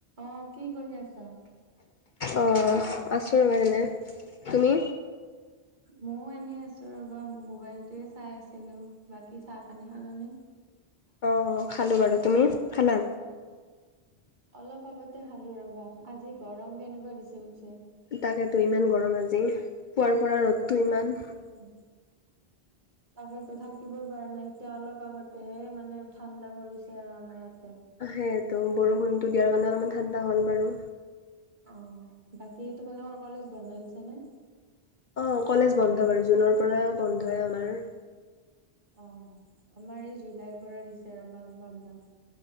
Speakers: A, on the right; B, on the left.
A: অ কি কৰি আছা
B: অ আছোঁ ৰ'বা এনে তুমি
A: ময়ও এনে আছো ৰবা মোবাইলটোৱে চাই আছিলো বাকী চাহ পানী খালা নি
B: অ খালো বাৰু তুমি খালা?
A: অলপ আগতে খালো ৰবা আজি গৰম কেনেকুৱা দিছে?
B: তাকেতো ইমান গৰম আজি পুৱাৰ পৰা ৰ'দটো ইমান
A: উম। তাকেতো থাকিবই পৰা নাই এতিয়া অলপ আগতে মানে ঠাণ্ডা পৰিছে আৰু আমাৰ ইয়াত
B: আহে তো বৰষুণতো দিয়াৰ কাৰণে অলপমান ঠাণ্ডা হল বাৰু।
A: অ বাকী তোমালোকৰ কলেজ বন্ধ দিছে নে?
B: অ কলেজ বন্ধ বাৰু জুনৰ পৰা বন্ধই আমাৰ।
A: অ আমাৰ এই জুলাইৰ পৰা দিছে ৰবা বন্ধ।